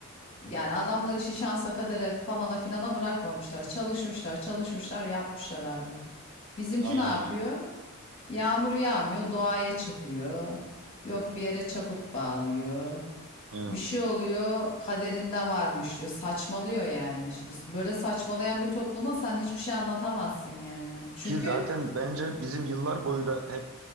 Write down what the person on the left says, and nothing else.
Yani adamlar işi şansa kadere falana filana bırakmamışlar. Çalışmışlar, çalışmışlar, yapmışlar abi. Bizimki
ne yapıyor?
Yağmur yağmıyor, doğaya çıkıyor. Yok bir yere çaput bağlıyor.
Bir şey oluyor, kaderinde varmış diyor. Saçmalıyor yani. Şimdi böyle saçmalayan bir topluma sen hiçbir şey anlatamazsın yani. Çünkü
Heh,